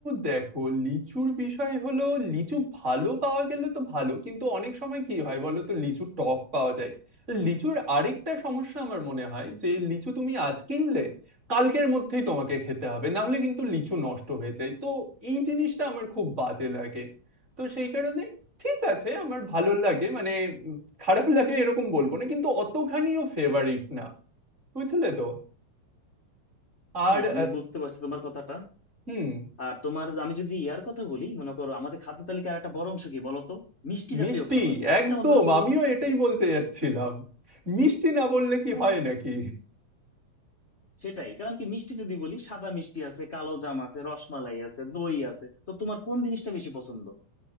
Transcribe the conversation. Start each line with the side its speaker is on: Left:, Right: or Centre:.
Right: দেখো লিচুর বিষয় হলো লিচু ভালো পাওয়া গেলে তো ভালো কিন্তু অনেক সময় কি হয় বলো তো লিচু টক পাওয়া যায় লিচুর আরেকটা সমস্যা আমার মনে হয় যে লিচু তুমি আজ কিনলে কালকের মধ্যেই তোমাকে খেতে হবে না হলে কিন্তু লিচু নষ্ট হয়ে যায় তো এই জিনিসটা আমার খুব বাজে লাগে তো সেই কারণে ঠিক আছে আমার ভালো লাগে মানে উম, খারাপ লাগে এরকম বলবো না কিন্তু অতখানিও ফেভারিট না বুঝলে তো
Left: হ্যাঁ
Right: আর
Left: আমি
Right: আহ,
Left: বুঝতে পারছি তোমার কথাটা
Right: হুম
Left: আর তোমার আমি যদি ইয়ার কথা বলি মনে করো আমাদের খাদ্য তালিকার একটা বড় অংশ কি বলতো মিষ্টি
Right: মিষ্টি
Left: জাতীয় খাবার
Right: একদম
Left: যেমন মনে করো
Right: আমিও এটাই বলতে যাচ্ছিলাম মিষ্টি না বললে কি হয় নাকি
Left: সেটাই কারণ কি মিষ্টি যদি বলি সাদা মিষ্টি আছে কালো জাম আছে রসমালাই আছে দই আছে তো তোমার কোন জিনিসটা বেশি পছন্দ